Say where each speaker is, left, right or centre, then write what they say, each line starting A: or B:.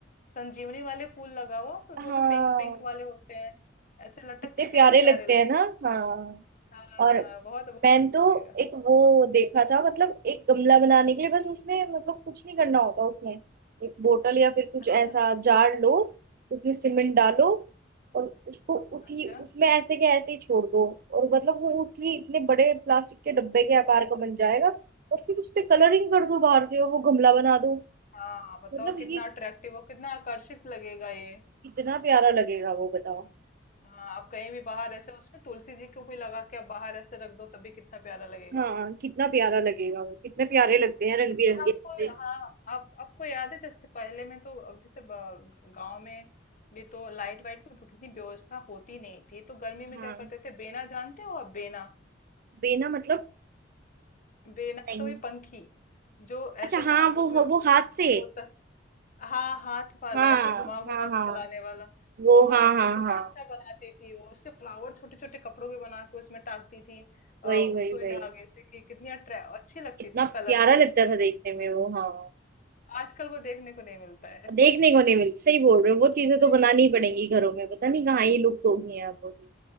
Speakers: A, on the left; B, on the right.
A: संजीवनी वाले फूल लगाओ फिर वो
B: हाँ
A: जो पिंक पिंक वाले होते हैं ऐसे लटक
B: कितने
A: के कितने
B: प्यारे
A: प्यारे
B: लगते
A: लगेंगे
B: हैं ना हाँ
A: हाँ
B: और
A: हाँ बहुत बहुत
B: मैंने
A: अच्छा
B: तो
A: लगेगा
B: एक वो देखा था मतलब एक गमला बनाने के लिए बस उसमें मतलब कुछ नहीं करना होता उसमें एक बोतल या फिर कुछ
A: अच्छा
B: ऐसा जार लो उसमें सीमेंट डालो
A: हम्म
B: और उसको उसी
A: अच्छा
B: उसमें ऐसे के ऐसे ही छोड़ दो और मतलब वो उसी इतने बड़े प्लास्टिक के डब्बे के आकार का बन जाएगा और फिर उस पे कलरिंग कर दो बाहर से और वो गमला बना दो
A: हाँ बताओ
B: मतलब ये
A: कितना अट्रैक्टिव और कितना आकर्षित लगेगा ये
B: कितना प्यारा लगेगा वो बताओ
A: हाँ आप कहीं भी बाहर ऐसे उसमें तुलसी जी को भी लगा के आप बाहर ऐसे रख दो तभी कितना प्यारा लगेगा
B: हाँ
A: वो
B: कितना प्यारा लगेगा वो कितने प्यारे लगते हैं रंग
A: अच्छा
B: बिरंगे
A: आपको
B: से।
A: हाँ आप आपको याद है जैसे पहले में तो अब जैसे गांव में भी तो लाइट वाइट की कितनी व्यवस्था होती नहीं थी तो गर्मी में
B: हाँ
A: क्या करते थे बेना जानते हो आप बेना
B: बेना मतलब
A: बेना
B: नहीं
A: तो वही पंखी जो
B: अच्छा
A: ऐसे ना
B: हाँ वो
A: उसमें
B: वो हाथ से
A: होता हाँ हाथ वाला
B: हाँ
A: ऐसे घुमा घुमा
B: हाँ
A: के
B: हाँ
A: चलाने वाला
B: वो
A: मम्मा
B: हाँ
A: लोग
B: हाँ
A: कितना
B: हाँ
A: अच्छा बनाती थी वो उसके फ्लावर छोटे छोटे कपड़ों के बना के उसमें टाकती थी अ,
B: वही
A: उस
B: वही
A: सुई
B: वही
A: धागे से कि कितनी अट्रै अच्छी लगती
B: कितना
A: थी कलरफुल
B: प्यारा लगता
A: एकदम
B: था देखने में वो हाँ
A: आजकल वो देखने को नहीं मिलता है <laughs>
B: देखने
A: नहीं
B: को नहीं मिलता सही बोल रहे हो वो चीजें तो
A: मिलता
B: बनानी ही पड़ेंगी
A: है।
B: घरों में पता नहीं कहाँ ये लुप्त हो गई हैं अब वो चीज़।